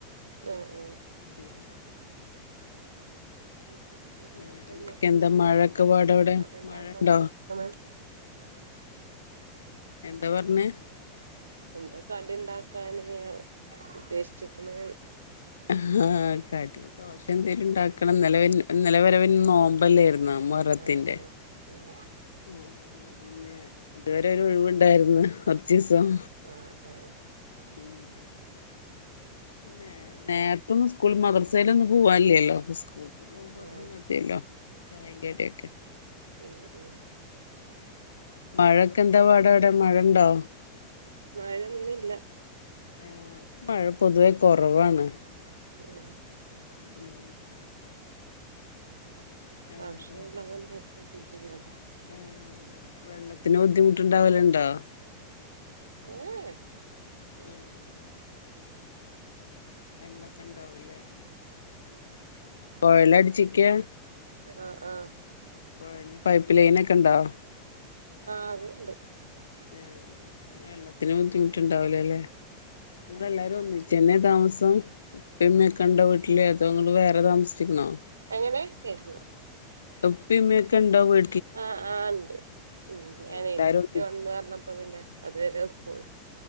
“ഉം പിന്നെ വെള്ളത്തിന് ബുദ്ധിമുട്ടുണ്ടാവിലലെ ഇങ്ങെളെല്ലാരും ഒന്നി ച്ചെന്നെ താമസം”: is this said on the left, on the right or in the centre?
Left